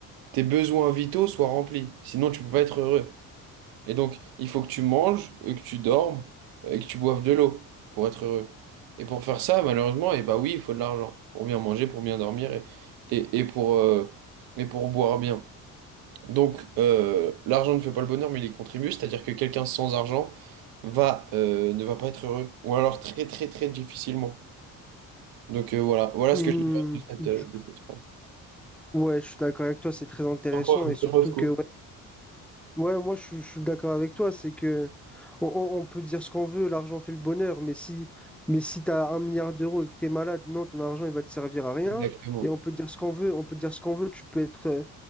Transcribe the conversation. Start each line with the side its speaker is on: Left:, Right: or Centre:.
Right: tes besoins vitaux soient remplis, sinon tu peux pas être heureux. Et donc, il faut que tu manges, et que tu dormes, et que tu boives de l'eau pour être heureux. Et pour faire ça, malheureusement, et bah oui, il faut de l'argent pour bien manger, pour bien dormir et, et, et pour, euh, et pour boire bien. Donc, euh, l'argent ne fait pas le bonheur, mais il y contribue, c'est-à-dire que quelqu'un sans argent va, euh, ne va pas être heureux, ou alors très, très, très difficilement. Donc, euh, voilà, voilà
Centre: Hmm,
Right: ce que je pense de cette,
Centre: je-
Right: euh, de cette phrase.
Centre: Ouais, je suis d'accord avec toi, c'est très intéressant
Right: T'en penses-
Centre: et surtout
Right: t'en penses quoi
Centre: que ouais, Ouais, moi je, suis je suis d'accord avec toi, c'est que on, on- on peut dire ce qu'on veut, l'argent fait le bonheur, mais si mais si t'as un milliard d'euros et que t'es malade, non, ton argent il va te servir à rien.
Right: Exactement,
Centre: Et on peut dire ce qu'on veut, on peut dire ce qu'on veut, tu peux être euh,